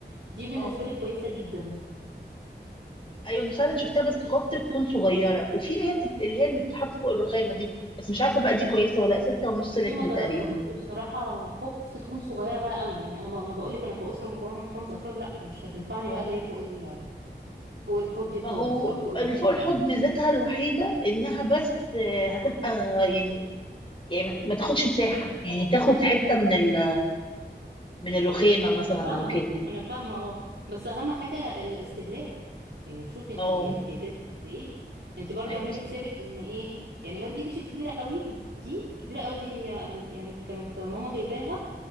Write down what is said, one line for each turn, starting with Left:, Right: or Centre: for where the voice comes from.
Right: دي بالنسبه
Left: اه
Right: لي كويسه جدا
Left: ايوه أنا فعلا شفتها بس خفت تكون صغيرة وفي اللي هي بتت... اللي هي اللي بتتحط فوق الرخامة دي بس مش عارفة بقى دي كويسة ولا لأ. ستة ونص لتر
Right: دي ما جربتهاش
Left: تقريبا
Right: دي بصراحه خفت تكون صغيره بقى قوي يعني انا ب- انا بقول لك انا كاسره مكونه من خمس افراد لا مش هتنفعني
Left: اه
Right: بقى اللي هي فوق ال... فوق الحوض دي
Left: ما
Right: خالص
Left: هو
Right: او فوق الركاب
Left: اللي فوق
Right: دي
Left: الحوض ميزتها الوحيدة انها بس آه، هتبقى يعني يعني ما ما تاخدش مساحة يعني تاخد حتة من ال... من الرخامة مثلا
Right: انا فاهمه
Left: او كده
Right: انا فاهمه اه بس اهم حاجه الاستهلاك يعني تشوفي انت
Left: اه
Right: احتياجاتك قد ايه انت برضو
Left: ايوه
Right: اعملي
Left: صح.
Right: حسابك ان ايه يعني ما تجيبيش الكبيره قوي دي الكبيره قوي دي هي انا يعني كانت ماما جايباها